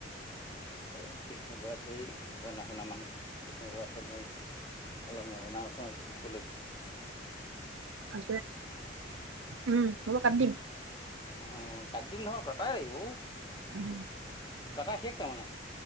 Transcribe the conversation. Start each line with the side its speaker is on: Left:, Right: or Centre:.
Left: এই কৃষ্ণ খুঢ়া ধেইৰ জনা শুনা মানুহ কৃষ্ণ খুঢ়া নোৱাৰি। অলপ নজনা শুনা বুলো।
Right: আছে, উম হ'ব কাটি দিম।
Left: আহ কাট দিম নহয় কটাই লাগিব ঔ,
Right: উম
Left: কথা শেষ তাৰমানে।